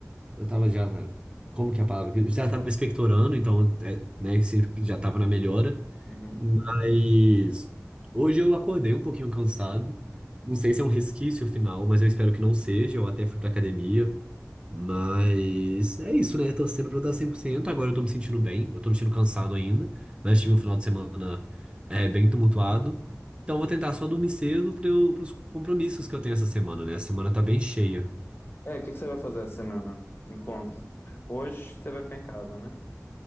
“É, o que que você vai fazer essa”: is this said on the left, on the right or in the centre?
Left